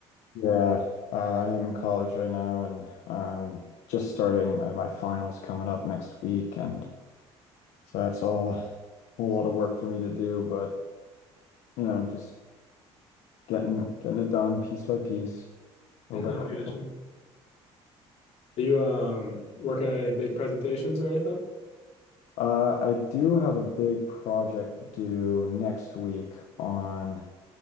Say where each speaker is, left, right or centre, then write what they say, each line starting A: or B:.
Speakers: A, on the left; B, on the left.
A: Yeah, uh, I am in college right now and um just starting my, my finals coming up next week and so that's all a whole lot of work for me to do, but you know, just getting getting it done piece by piece, little
B: Yeah,
A: by
B: no,
A: little.
B: I got you. Are you um working on any big presentations or anything?
A: Uh, I do have a big project due next week on